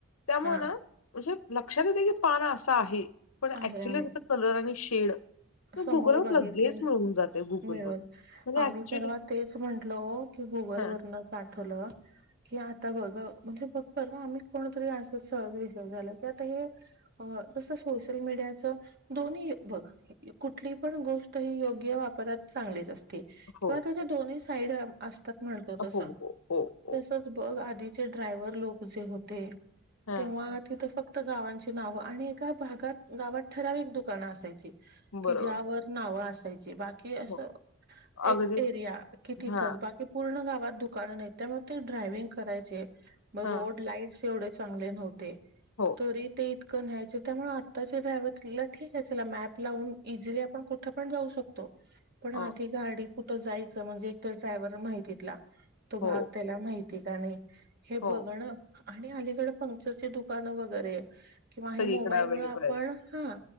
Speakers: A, on the left (about 85°); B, on the right (about 45°).
A: त्यामुळं
B: हा
A: ना म्हणजे लक्षात येते की पान अस आहे. पण
B: आहे
A: ऍक्च्युली
B: आहे
A: त्याचा कलर आणि शेड
B: समोर
A: गुगलवर
B: बघितलेलं
A: लगेच मिळून जाते गुगलवर
B: मिळून
A: म्हणजे
B: आम्ही
A: ऍक्च्युली
B: परवा तेच म्हटलं ओ की, गुगल
A: हा
B: वरन आठवलं की आता बघ म्हणजे बघ परवा आम्ही कोणतरी असचं सहज विशय झाला की आता हे तस सोशल मीडियाच दोन्ही बघ कुठली पण गोष्ट हि योग्य वापरात चांगलीच असते,
A: हो
B: किंवा त्याचे दोन्ही साईड असतात म्हणतो तस
A: हो हो हो हो
B: तसच बघ आधीचे ड्रायव्हर लोक जे होते
A: हा
B: तेव्हा तिथं फक्त गावांची नाव आणि एका भागात गावात ठराविक दुकानं असायची
A: बरोबर
B: कि ज्यावर नावं असायची बाकी कि असं
A: हो अगदीच
B: एक एरिया कि तिथच
A: हा
B: बाकी पूर्ण गाव दुकान नाही त्यामुळे ते ड्रायविंग करायचे मग
A: हा
B: रोड लाईटस एवढे चांगले नव्हते
A: हो
B: तरी ते इतकं न्यायच त्यामुळे आत्ताच्या ड्रायव्हला ठीक आहे चला मॅप लावून इझिली आपण कुठे पण जाऊ शकतो पण आधी
A: हो
B: गाडी कुठं जायचं म्हणजे एक तर ड्रायव्हर माहितीितला तो भाग
A: हो
B: त्याला माहिती आहे का नाही हे
A: हो
B: बघण आणि अलीकड पंक्चरची दुकानं वगैरे किंवा हे
A: सगळीकडे
B: मोबाईल
A: अवेलेबल
B: मु आपण
A: आहेत.
B: हा